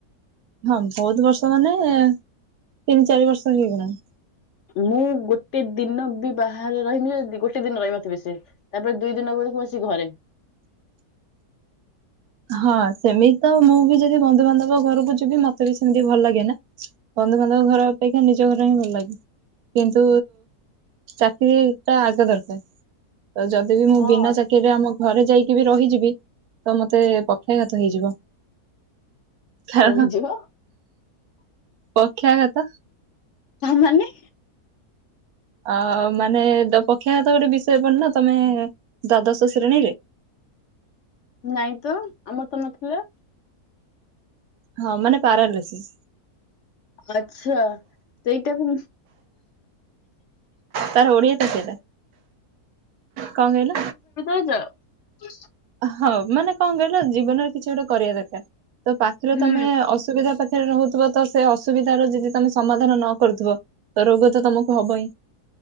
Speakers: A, on the right (about 75°); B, on the left (about 60°).
A: ହଁ ବହୁତ ବର୍ଷ ମାନେ ତିନି ଚାରି ବର୍ଷ ହେଇଗଲାଣି।
B: ମୁଁ ଗୋଟେ ଦିନ ବି ବାହାରେ ରହିବି ଗୋଟେ ଦିନ ରହିବଥିବ ସେ ତାପରେ ଦୁଇ ଦିନ ବେଳକୁ ମୁଁ ଆସି ଘରେ।
A: ହଁ ସେମିତି ତ ମୁଁ ବି ଯଦି ବନ୍ଧୁବାନ୍ଧବ ଘରକୁ ଯିବି ମତେ ବି ସେମିତି ଭଲ ଲାଗେ ନା। ବନ୍ଧୁବାନ୍ଧବ ଘର ଅପେକ୍ଷା ନିଜ ଘର ହିଁ ଭଲ ଲାଗେ। କିନ୍ତୁ ଚାକିରି ଟା ଆଗ ଦରକାର ତ ଯ ଯ ମୁଁ
B: ହଁ
A: ବିନା ଚାକିରିରେ ଆମ ଘରେ ଯାଇକି ବି ରହିଯିବି ତ ମତେ ପକ୍ଷାଘାତ ହେଇଯିବ।
B: କହିଯିବ
A: <inaudible> ପକ୍ଷାଘାତ
B: ତାହା ମାନେ
A: ଅ ମାନେ ପକ୍ଷାଘାତ ଗୋଟେ ବିଷୟ ପଡ ନା ତମେ ଦ୍ଵାଦଶ ଶ୍ରେଣୀରେ
B: ନାଇଁ ତ ଆମର ତ ନଥିଲା।
A: ହଁ ମାନେ ପାରାଲେଶିସ୍।
B: ଆଛା ସେଇଟା ବି।
A: ତାର ଓଡିଆ ତ ସେଇଟା କଣ କହିଲ?
B: <unintelligible>
A: ହଁ ମାନେ କଣ କହିଲ ଜୀବନରେ କିଛି ଗୋଟେ କରିବା ଦରକାର ତ ପାଖରେ
B: ହୁଁ
A: ତମେ ଅସୁବିଧା ପାଖ ରହୁଥିବ ତ ସେ ଅସୁବିଧ ର ଯଦି ତମେ ସମାଧାନ ନ କରୁଥିବ ତ ରୋଗ ତ ତମକୁ ହବ ହିଁ।